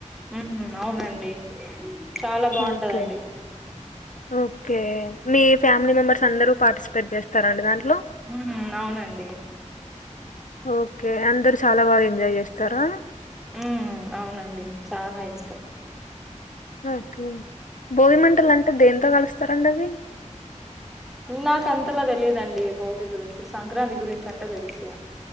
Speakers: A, in the centre; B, on the left.
A: ఉ అవునండి చాలా బాగుంటదండి
B: ఓకే ఓకే మీ ఫ్యామిలీ మెంబర్స్ అందరూ పార్టిసిపేట్ చేస్తారండి దాన్ని
A: ఉ అవునండి
B: ఓ ఓకే అందరు చాలా బాగా ఎంజాయ్ చేస్తారా
A: ఉమ్ అవునండి చాలా ఇష్టం
B: ఓకే భోమిమంటలు అంటే దేంతో కలుస్తారండి అవి
A: నాక అంతలా తెలిదండి భోగి గురించి సంక్రాంతి గురించి అంటా తెలుసు